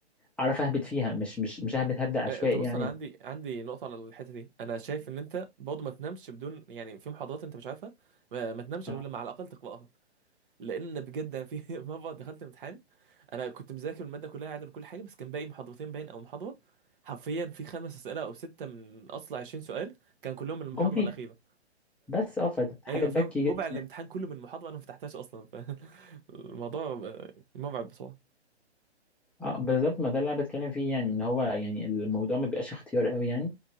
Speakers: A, in the centre; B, on the right.
A: أعرف أهبط فيها مش مش مش أهبط هبدأ عشوائي
B: آه، انت بص
A: يعني
B: انا عندي عندي نقطه على الحته دي انا شايف ان انت برضه ما تنامش بدون يعني في محاضرات انت مش عارفها ما, ما تنامش
A: آه،
B: غير لما على الاقل تقراها لان بجد انا في <laughs> مره دخلت امتحان انا كنت مذاكر الماده كلها عادل وكل حاجه بس كان باقي محاضرتين باين او محاضره حرفيا في خمس اسئله او سته من اصل 20 سؤال كان كلهم من المحاضره
A: جم فيها
B: الاخيره
A: بس اه فحاجة
B: ايوه
A: تبكي
B: فاهم ربع
A: جدا
B: الامتحان كله من محاضره انا ما فتحتهاش اصلا فالموضوع <laughs> مرعب بصراحه
A: اه بالظبط ما ده اللي أنا بتكلم فيه يعني إن هو يعني الموضوع ما بيبقاش اختيار قوي يعني